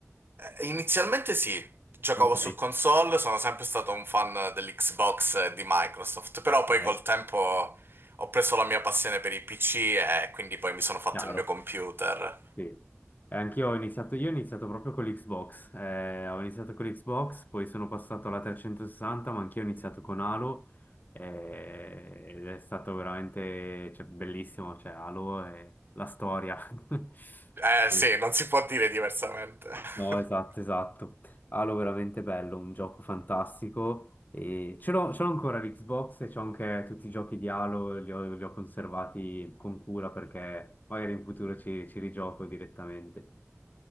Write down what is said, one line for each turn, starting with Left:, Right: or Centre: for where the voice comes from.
Right: Eh, Inizialmente sì, giocavo
Left: Ok.
Right: su console, sono sempre stato un fan dell'Xbox e di Microsoft, però poi
Left: Eh,
Right: col tempo ho preso la mia passione per i PC e quindi poi mi sono fatto
Left: chiaro,
Right: il mio computer.
Left: sì. Eh, Anch'io ho iniziato, io ho iniziato proprio con l'Xbox, eh, ho iniziato con l'Xbox, poi sono passato alla 360, ma anch'io ho iniziato con Halo, eh, ed è stato veramente, cioè, bellissimo, cioè, Halo è la storia. <laughs>
Right: Eh sì,
Left: Sì.
Right: non si può dire diversamente.
Left: No, esatto,
Right: <laughs>
Left: esatto. Halo veramente bello, un gioco fantastico. E ce l'ho ce l'ho ancora l'Xbox e c'ho anche tutti i giochi di Halo, li ho, li ho conservati con cura perché magari in futuro ci, ci rigioco direttamente.